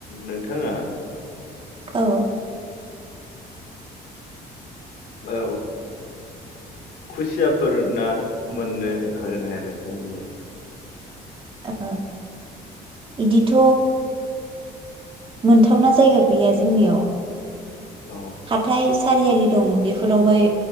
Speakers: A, on the left; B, on the right.
A: नोंथाङा
B: औ
A: औ खुसियाफोर ना मोननो हागोन हाया नोंथांमोननियाव?
B: ओ बिदिथ मोनथावना जायगा गैया जोंनियाव
A: औ
B: हाथाय सारियालि दं बेफोरावहाय